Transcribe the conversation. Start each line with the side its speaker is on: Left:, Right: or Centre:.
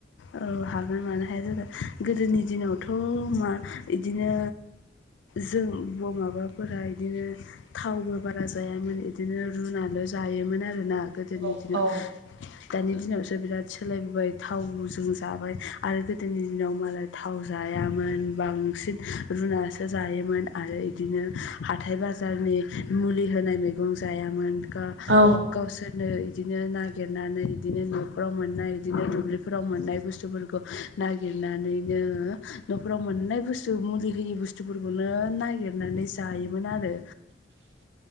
Left: औ हागोन मानो हाया जानो गोदोनि दिनावथ' मा इदिनो जों ब माबाफोरा इदिनो थावबो बारा जायामोन इदिनो रुनाल' जायोमोन आरोना। गोदोनि
Right: औ
Left: दिनाव
Right: औ
Left: दानि दिनावसो बिराद सोलायबोबाय थाव बुज जों जाबाय आरो गोदोनि दिनाव मालाय थाव जायामोन बांसिन रुनासो जायोमोन आरो इदिनो हाथाय बाजारनि मुलि होनाय मैगं जायामोन गा
Right: औ
Left: गावसोर नो इदिनो नागिरनानै इदिनो न'फ्राव मोननाय इदिनो दुब्लिफोराव मोननाय बुुस्तुफोरखौ नागिरनानैनो न'फोराव मोननाय बुुस्तु मुलि होयि बुस स्थुफोरखौनो नागिरनानै जायोमोन आरो।
Right: <inaudible>